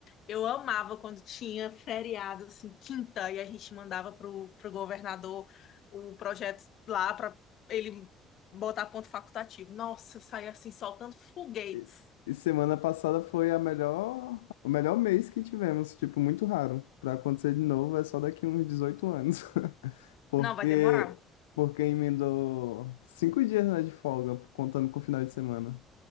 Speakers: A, on the left; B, on the left.
A: eu amava quando tinha feriado, assim, quinta, e a gente mandava pro, pro governador o projeto lá para ele botar ponto facultativo. Nossa, eu saía assim, soltando foguetes.
B: E e semana passada foi a melhor, o melhor mês que tivemos, tipo, muito raro. Pra acontecer de novo é só daqui uns 18 anos. <laughs> Porque
A: Não, vai demorar.
B: porque emendou cinco dias, né, de folga, contando com o final de semana.